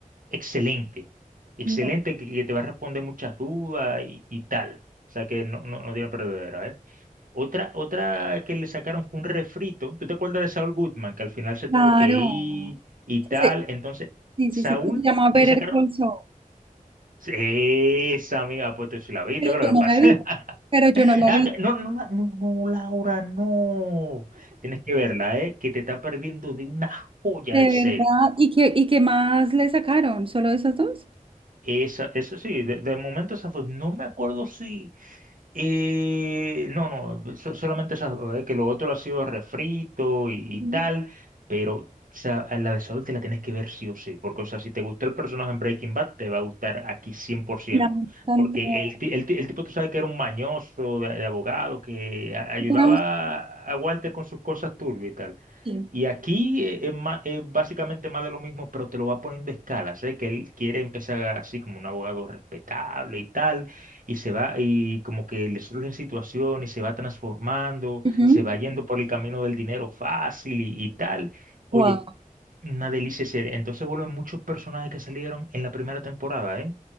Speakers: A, on the right (about 70°); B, on the right (about 40°).
A: excelente. Excelente,
B: No.
A: que, que te va a responder muchas dudas y, y tal. O sea que no, no, no tiene perdedera, ¿eh? Otra, otra que le sacaron fue un refrito. ¿Tú te acuerdas de Saul Goodman, que al final se tuvo
B: Claro.
A: que ir y
B: Ese-
A: tal? Entonces,
B: Sí,
A: Saúl
B: sí, sí, que se llama Better
A: le sacaron
B: Call Saul.
A: Sí, Esa amiga ha puesto su labito,
B: Pero
A: ¿qué es
B: yo
A: lo
B: no
A: que pasa?
B: la vi. Pero yo
A: <laughs>
B: no la
A: Ah,
B: vi.
A: que- No, no, la- no, no, Laura, no. Tienes que verla, ¿eh? Que te está perdiendo de una joya
B: De
A: de
B: verdad.
A: serie.
B: ¿Y qué, y qué más le sacaron? ¿Solo esas dos?
A: Esa, esa sí, de, de momento esas dos. No me acuerdo si, Eh, no, no, eh, so- solamente esas, dos, eh, que lo otro ha sido refrito y, y
B: Ujú.
A: tal, pero o sea, a la de Saúl te la tienes que ver sí o sí, porque o sea, si te gustó el personaje en Breaking Bad, te va a gustar aquí cien por ciento,
B: Ya me encantó.
A: porque el, ti- el, ti- el tipo tú sabes que era un mañoso de, de abogado que a- ayudaba
B: Era un-
A: a Walter con sus cosas turbias y tal,
B: Sí.
A: y aquí eh, es, ma- es básicamente más de lo mismo, pero te lo va poniendo a escala. Sé que él quiere empezar así como un abogado respetable y tal, y se va, y como que le surgen situaciones y se va transformando,
B: Ujú.
A: se va yendo por el camino del dinero fácil y, y tal. Oye,
B: Wow.
A: una delicia serie. Entonces vuelven muchos personajes que salieron en la primera temporada, ¿eh?